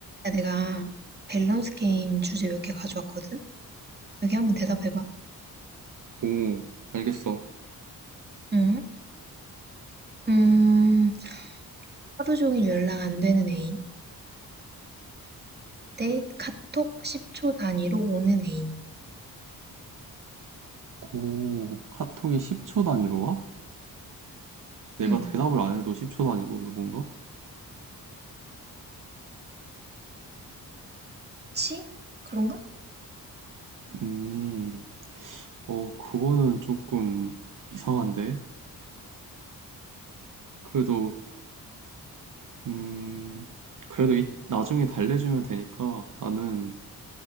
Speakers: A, on the right (about 25°); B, on the right (about 55°).
A: 야, 내가 밸런스 게임 주제 몇 개 가져왔거든? 여기 한번 대답해봐.
B: 오, 알겠어.
A: 응? 음, 하루 종일 연락 안 되는 애인 대 카톡 10초 단위로 오는 애인.
B: 오, 카톡이 10초 단위로 와? 내가
A: 응.
B: 대답을 안 해도 10초 단위로 오는 건가?
A: 치? 그런가?
B: 음, 어, 그거는 조금 이상한데? 그래도, 음, 그래도 이- 나중에 달래주면 되니까 나는